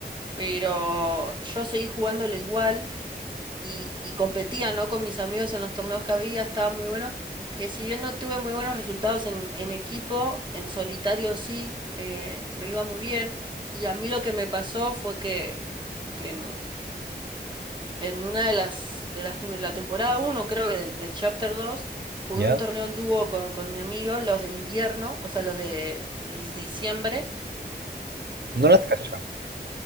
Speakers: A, on the right; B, on the right.
A: pero yo seguí jugándolo igual. y, y competía, ¿no? Con mis amigos en los torneos que había, estaba muy bueno. Que si bien no tuve muy buenos resultados en, en equipo, en solitario sí, eh, me iba muy bien. Y a mí lo que me pasó fue que, que en, en una de las, de las, tem- la temporada uno creo que del, del Chapter dos jugué
B: ¿Ya?
A: un torneo en dúo con, con mi amigo, los de invierno, o sea, los de dic- diciembre.
B: No las cachaba.